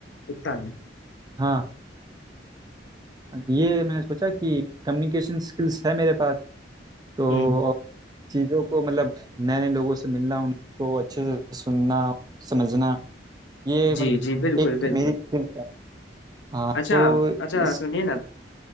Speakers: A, on the left (about 75°); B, on the right (about 20°).
A: उतना नहीं
B: हाँ ये मैंने सोचा कि कम्युनिकेशन स्किल्स है मेरे पास तो
A: हम्म
B: चीज़ों को मतलब नए नए लोगों से मिलना उनको अच्छे से सुनना समझना ये मतलब
A: जी जी बिल्कुल
B: एक
A: बिल्कुल
B: मेरी स्किल है हाँ
A: अच्छा
B: तो
A: अच्छा
B: इस
A: सुनिए ना